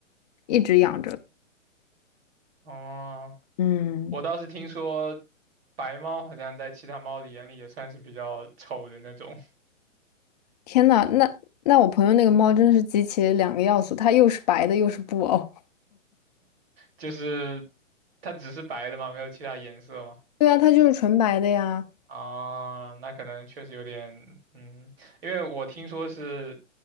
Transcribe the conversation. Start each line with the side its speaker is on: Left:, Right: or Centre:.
Left: 一直养着。
Right: 哦，
Left: 嗯，
Right: 我倒是听说白猫好像在其他猫的眼里也算是比较丑的那种，
Left: 天呐，那那我朋友那个猫真是集齐了两个要素，它又是白的，又是布偶。
Right: 就是它只是白的嘛，没有其他颜色嘛。
Left: <laughs> 对啊，它就是纯白的呀。
Right: 啊，那可能确实有点，嗯，因为我听说是